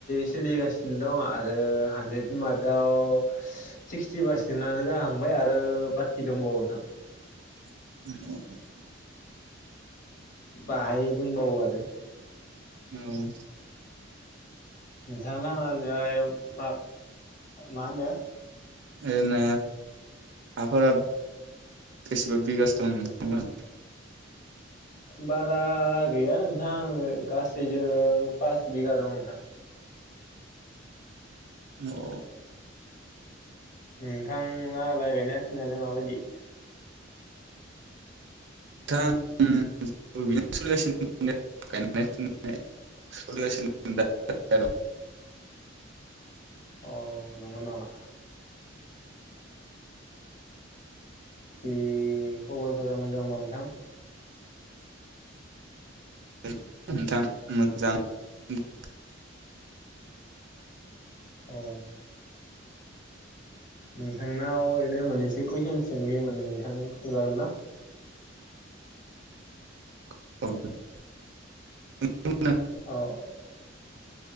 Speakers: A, on the left; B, on the right.
A: सोलिगासिनो दं आरो हानद्रेदनि मारटाव सिक्सटि पारसेन्टनो जाहांबाय आरो बाखि दंबावो नोंथां
B: औ
A: बाहाय दबावो आरो
B: औ
A: नोंथांला हानिलाय मा मा होनदो?
B: एरैनो हाफोरा बेसेबां बिगासो दं?
A: बारा गैया नोंथां गासैजों पास बिगा दं नोंथां
B: औ
A: नोंथांलाहालाय गायनाय फुनायालाय माबायदि
B: <unintelligible>
A: अ नंगौ नामा? उम खबरफोरा मोजांबा नोंथां?
B: <unintelligible>
A: औ नोंथांनाव ओरैनो मोननैसो कुइसन सोंनि नोंथां सोंजागोन ना?
B: <unintelligible>
A: औ